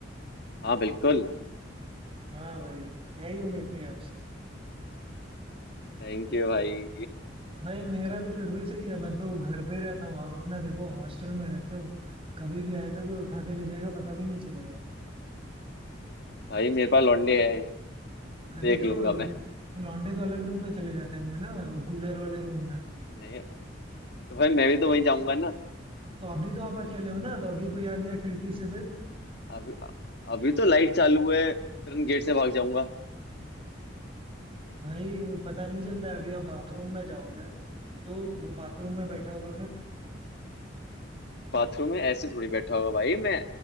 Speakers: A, on the left; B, on the right.
A: हाँ बिल्कुल
B: हाँ भाई यही उम्मीद थी आपसे
A: थैंक यू भाई
B: भाई मेरा तो फिर भी सही है मैं तो घर पे ही रहता हूँ आप अपना देखो हॉस्टल में रहते हो कभी भी आएगा कोई उठा के ले जाएगा पता भी नहीं चलेगा
A: भाई मेरे पास लौंडे हैं
B: अरे
A: देख
B: तो
A: लूंगा मैं
B: लौंडे तो अलग रूम में चले जाते होंगे ना वो कूलर वाले रूम
A: नहीं तो भाई मैं भी तो वहीं जाऊंगा ना
B: तो अभी तो आप अकेले हो ना तो अभी कोई आ गया खिड़की से फिर
A: अभी अभी तो लाइट चालू है तुरंत गेट से भाग जाऊंगा
B: भाई वो पता नहीं चलता है अभी आप बाथरूम में जाओगे तो वो बाथरूम में बैठा होगा फिर
A: बाथरूम में ऐसे थोड़ी बैठा होगा भाई मैं